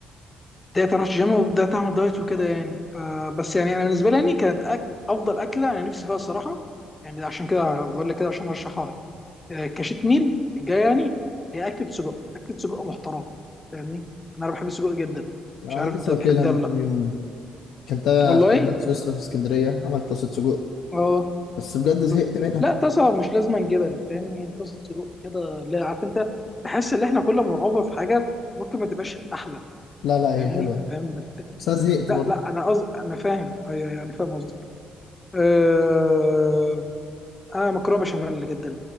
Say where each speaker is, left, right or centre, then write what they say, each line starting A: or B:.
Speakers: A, on the left (about 20°); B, on the left (about 80°).
A: بدات اروح الجيم وبدات اعمل دايت وكده يعني فبس يعني انا بالنسبه لي يعني كانت أك... افضل اكله انا نفسي فيها الصراحه يعني عشان كده بقول لك كده عشان ارشحها لك آه، كشيت ميل الجاي يعني هي اكله سجق اكله سجق محترمه فاهمني انا بحب السجق جدا
B: انا
A: مش عارف
B: لسه
A: انت بتحب
B: واكلها
A: ده
B: من
A: ولا
B: كام
A: لا
B: يوم اكلتها
A: والله
B: في البان سويسرا في اسكندرية عملت طاسة سجق
A: اه
B: بس بجد زهقت
A: بس
B: منها
A: لا طاسه مش لازم جبن فاهم يعني طاسه سجق كده لا عارف انت بحس ان احنا كل ما بنوفر في حاجه ممكن ما تبقاش احلى
B: لا لا هي
A: فاهمني
B: حلوة
A: فاهم من الحته دي
B: بس انا زهقت
A: لا
B: برضه
A: لا انا قصد انا فاهم ايوه أيوة، انا فاهم قصدك أه... انا مكرونه بشاميل جدا